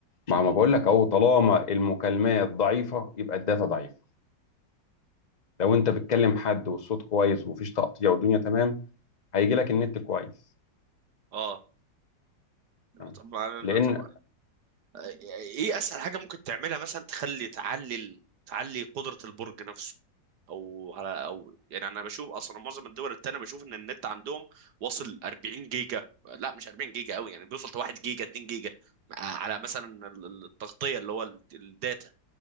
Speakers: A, on the left; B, on the right.
A: ما ما بقول لك أهو طالما المكالمات ضعيفة يبقى الداتا ضعيفة لو أنت بتكلم حد والصوت كويس ومفيش تقطيع والدنيا تمام هيجي لك النت كويس
B: اه
A: تمام.
B: طب ما-
A: لان
B: طب ايه اسهل حاجه ممكن تعملها مثلا تخلي تعلي ال- تعلي قدره البرج نفسه او على او يعني انا بشوف اصلا معظم الدول التانية بشوف ان النت عندهم واصل 40 جيجا لا مش 40 جيجا قوي يعني بيوصل ل 1 جيجا 2 جيجا على مثلا ال- ال- التغطيه اللي هو ال- الداتا